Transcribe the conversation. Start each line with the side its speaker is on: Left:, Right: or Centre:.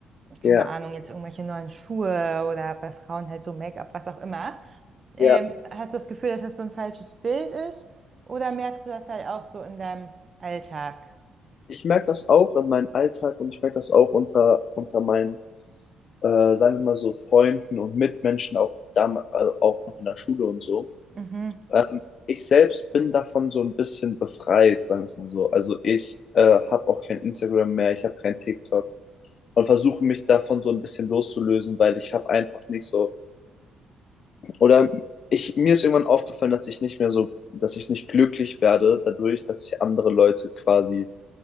Right: Keine
Left: ja,
Right: Ahnung, jetzt irgendwelche neuen Schuhe oder bei Frauen halt so Make-up, was auch immer. Ähm,
Left: ja.
Right: hast du das Gefühl, dass das so ein falsches Bild ist? Oder merkst du das halt auch so in deinem Alltag?
Left: Ich merke das auch in meinem Alltag und ich merke das auch unter, unter meinen, äh, sagen wir mal so, Freunden und Mitmenschen, auch, dam also auch noch in der Schule und so.
Right: Mhm.
Left: Ähm, ich selbst bin davon so ein bisschen befreit, sagen wir es mal so. Also ich äh, habe auch kein Instagram mehr, ich habe kein TikTok und versuche mich davon so ein bisschen loszulösen, weil ich habe einfach nicht so oder ich mir ist irgendwann aufgefallen, dass ich nicht mehr so, dass ich nicht glücklich werde dadurch, dass ich andere Leute quasi